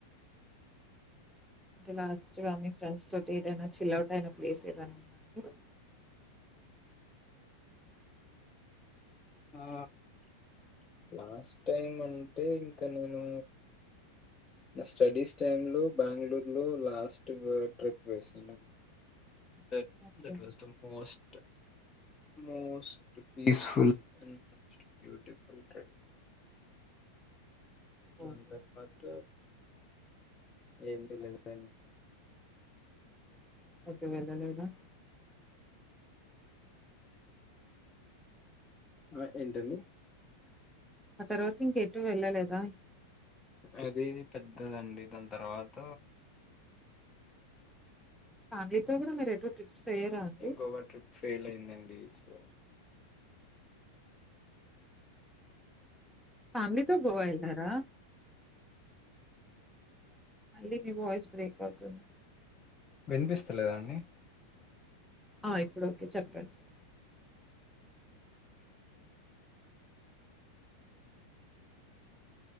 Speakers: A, in the centre; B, on the left.
A: అంటే లాస్ట్ గా మీ ఫ్రెండ్స్ తోటి ఏదైనా చిల్ అవుట్ అయిన ప్లేస్ ఏదనా వుందా అండి
B: ఆ లాస్ట్ టైం అంటే ఇంకా నేను నా స్టడీస్ టైం లో బెంగళూరులో లాస్ట్ ట్రిప్ వేసానుం that
A: okay.
B: That was the most most peaceful and most beautiful time
A: ఓహో!
B: అంత పాత ఏం తెలీదు అండి
A: ఏటు వేళ్ళలేదా
B: ఆ ఏంటండి
A: ఆ తర్వాత ఇంకెటు వెళ్ళలేదా
B: అది పెద్దదండి దాని తర్వాత
A: ఫ్యామిలీతో కూడా మీరు ఎట్ ట్రిప్ చేయరా అండి
B: గోవా ట్రిప్ ఫెయిల్ అయిందండి సో
A: ఫ్యామిలీతో గోవా ఎల్లారా మళ్ళీ మీ వాయిస్ బ్రేక్ అవుతుం
B: వినిపిస్తలేదా అండి
A: ఆ ఇప్పుడు ఓకే చెప్పండి.